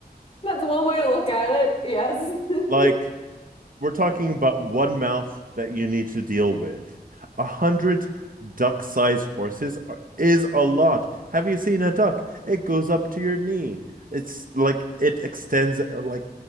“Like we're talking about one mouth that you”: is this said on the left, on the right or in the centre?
Right